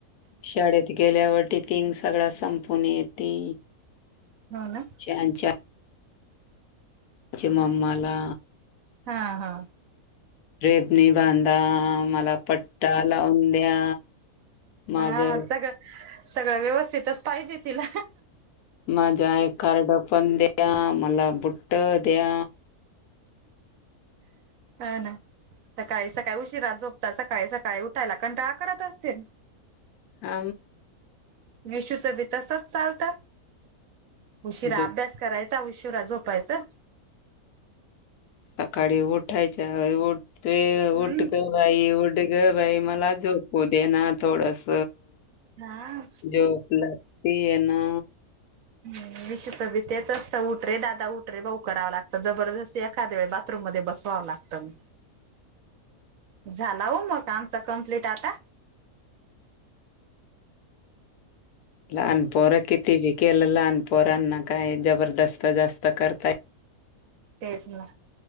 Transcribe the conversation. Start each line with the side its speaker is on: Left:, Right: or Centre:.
Left: शाडेत गेल्यावर टिफिंग सगळ संपून येती.
Right: हो ना.
Left: च्याच्या चिमाममाला
Right: हा हा
Left: रेबणी बांधा मला पट्टा लावून द्या माझं
Right: हा सगळं सगळं व्यवस्थितच पाहिजे तिला
Left: माझ्या आय कार्ड पण द्या मला बुट्ट द्या
Right: अ ना सकाळी सकाळी उशिरा झोपतात सकाळी सकाळी उठायला कंटाळा करत असतील
Left: आ
Right: विशूच ब तसच चालत उशिरा
Left: झोप
Right: अभ्यास करायचं उशुरा झोपायचं
Left: सकाळी उठायच्या उठ
Right: हम्म
Left: उठ बाई उड ग बाई मला झोपू दे ना थोडस
Right: हा.
Left: जोप लगती आहे ना
Right: हम् विषच भी तेच असतं उटरे दादा उठरे भाऊ करावं लागतं जबरदस्त एखाद वेळे बघ मध्ये बसवाव लागत म झाला हो मग आमचा कम्प्लीट आता
Left: लहानपोरं किती विकेलं लहान पोरांना काय जबरदस्त जास्त करतायेत
Right: तेच ना